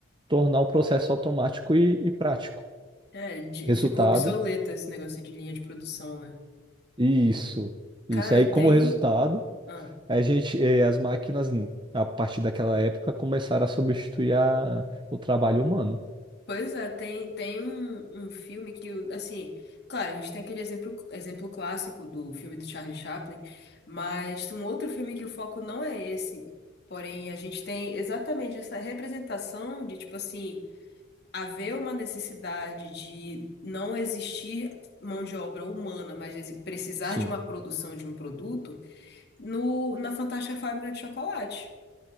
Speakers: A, on the right; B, on the left.
A: tornar o processo automático e e prático.
B: É, de-
A: Resultado
B: ficou obsoleto esse negócio de linha de produção, né?
A: Isso,
B: Cara,
A: isso. Aí, como
B: tem.
A: resultado,
B: Ah,
A: a gente, eh, as máquinas, a partir daquela época, começaram a substituir a- o trabalho humano.
B: pois é, tem, tem um, um filme que, assim, claro, a gente tem aquele exemplo, exemplo clássico do filme do Charlie Chaplin, mas tem um outro filme que o foco não é esse. Porém, a gente tem exatamente essa representação de, tipo assim, haver uma necessidade de não existir mão de obra humana, mas exi- precisar
A: Sim.
B: de uma produção de um produto. no, na Fantástica Fábrica de Chocolate.